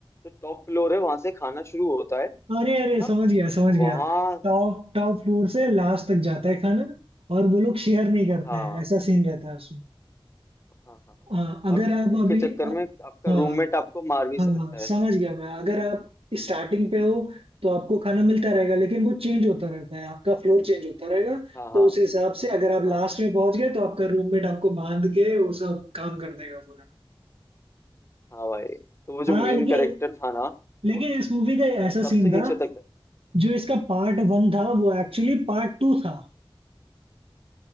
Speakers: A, on the left; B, on the right.
A: जो टॉप फ्लोर है वहां से खाना शुरू होता है है
B: अरे अरे
A: ना
B: समझ गया समझ गया
A: वहाँ
B: टॉप टॉप फ्लोर से लास्ट तक जाता है खाना और वो लोग शेयर नहीं करते
A: हाँ
B: हैं ऐसा सीन रहता है उसमें
A: हाँ हाँ हाँ।
B: हाँ, अगर
A: और
B: आप
A: भूख
B: अभी
A: के चक्कर में आपका
B: हाँ
A: रूममेट आपको मार भी
B: हाँ
A: सकता है
B: समझ गया मैं अगर आप स्टार्टिंग पे हो तो आपको खाना मिलता रहेगा लेकिन वो चेंज होता रहता है आपका फ्लोर चेंज होता रहेगा
A: हाँ हाँ
B: तो उस हिसाब से अगर आप लास्ट
A: हाँ
B: में पहुंच गए तो आपका रूममेट आपको बांध के वो सब काम कर देगा पूरा
A: हाँ भाई तो वो जो
B: हाँ
A: मेन
B: लेकिन
A: कैरेक्टर था ना
B: लेकिन
A: वो
B: इस मूवी का ऐसा
A: सबसे
B: सीन था
A: नीचे तक जाता
B: जो इसका पार्ट वन था वो एक्चुअली पार्ट टू था